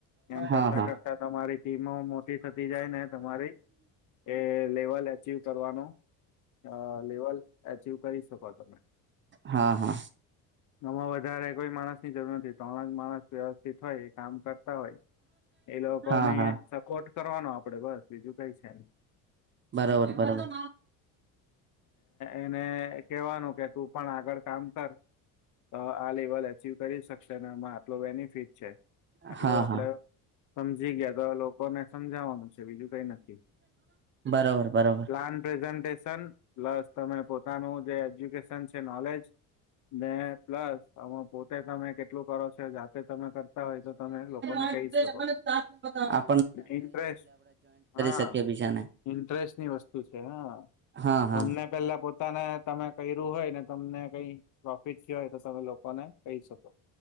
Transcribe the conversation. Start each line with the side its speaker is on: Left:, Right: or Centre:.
Left: એમ કરતા
Right: હા હા હા હા
Left: કરતા તમારી ટીમો મોટી થતી જાય ને તમારી એ લેવલ એચવ કરવાનો અ લેવલ એચીવ કરી શકો તમે
Right: હા હા
Left: આમાં વધારે કોઈ માણસ ની જરૂર નથી ત્રણ જ માણસ વ્યવસ્થિત હોય એ કામ કર હોય એ લોકો
Right: હા
Left: ને
Right: હા
Left: ટ કરવાનો આપડે બસ બીજું કઈ છેમ
Right: બરોબર બરોબર
Left: એને કેવાનું કે તું પણ આગળ કામ કર હ આલેવાલેી કરી શક ને એમાં આટલ બેનિફિટ છે આટલું
Right: હા
Left: આપડે
Right: હા
Left: સમજી ગયા તો ને સમજાવવાનું છે બીજું કઈ નથી
Right: બરાબર બરાબર
Left: પ્લાન પ્રેઝ પ્લસ તમે પોતાનું જે એજ્યુકેશન છે નોલેજ ને પ્લસ આમાં પોતે તમે કેટલું કરો છ જાતે તમે કરતા હોય તો તમે લોકોને
Right: મને
Left: કહી શકો
Right: સા પતા
Left: ઇન્ટરેસ્ટ હા
Right: શકીએ બીજાને
Left: ઇન્ટરેસ્ટની વસ્તુ છે હા
Right: હા હા
Left: તમને પેલા પોતાને તમે કર્યું હોય ને તમને કઈ પ્રોફિટ થ હોય તો તમે લોકોને કહી શકો